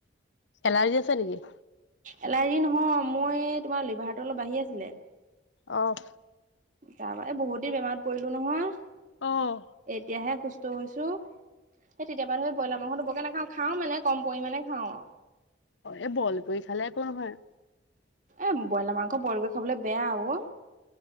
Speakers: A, on the left (about 80°); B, on the right (about 40°).
A: এলাৰ্জি আছে নেকি?
B: এলাৰ্জি নহয় মোৰ এই তোমাৰ লিভাৰটো অলপ বাঢ়ি আছিলে।
A: অ'।
B: তাৰ পা এ বহুত দিন বেমাৰত পৰিলো নহয়,
A: অ',
B: এতিয়াহে সুস্থ হৈছো। সেই তেতিয়াৰ পৰা ধৰি ব্ৰইলাৰ মাংসতো বৰকে নাখাওঁ খাও মানে কম পৰিমাণে খাওঁ।
A: এ বইল কৰি খালে একো নহয়।
B: এ ব্ৰইলাৰ মাংস বইল কৰি খাবলৈ বেয়া অ।